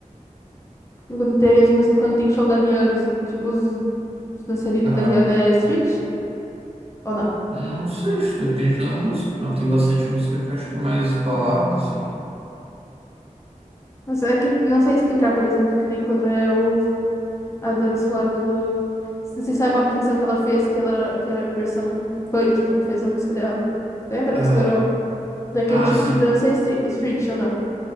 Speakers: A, on the left (about 20°); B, on the right (about 45°).
A: Quando tem as músicas, quando tem show da Rihanna, assim, tipo os, os dançarinos
B: Aham.
A: da Rihanna é street? Ou não?
B: Não sei, isso depende da música. Não, tem bastante música que eu acho que é mais balada, assim.
A: Mas é que não sei explicar, por exemplo, que nem quando é o, a dança lá do. Você sabe uma apresentação que ela fez, que, ela, que era a versão funk que ela fez da música dela. Lembra
B: Aham.
A: que estourou? Daquele
B: Ah,
A: tipo
B: sim.
A: de dança é stre- street, ou não?